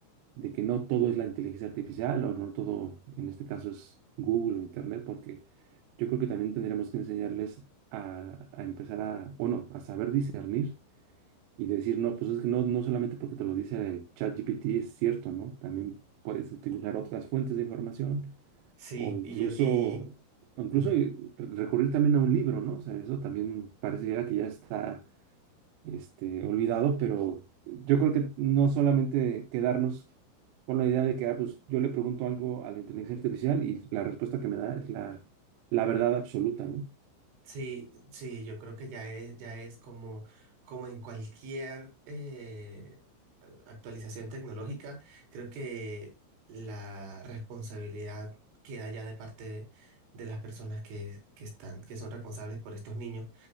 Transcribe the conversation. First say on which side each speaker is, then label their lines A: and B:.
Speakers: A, on the right; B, on the right.
A: de que no todo es la inteligencia artificial o no todo, en este caso, es Google o Internet, porque yo creo que también tendríamos que enseñarles a, a empezar a, o no, a saber discernir y decir, no, pues es que no, no solamente porque te lo dice ChatGPT es cierto, ¿no? También puedes utilizar otras fuentes de información
B: Sí,
A: o incluso,
B: y yo, y
A: o incluso
B: mm,
A: eh, recurrir también a un libro, ¿no? O sea, eso también pareciera que ya está, este, olvidado, pero yo creo que no solamente quedarnos con la idea de que, ah, pues yo le pregunto algo a la inteligencia artificial y la respuesta que me da es la, la verdad absoluta, ¿no?
B: sí, sí, yo creo que ya es, ya es como, como en cualquier eh, a- actualización tecnológica, creo que la responsabilidad queda ya de parte de de las personas que, que están, que son responsables por estos niños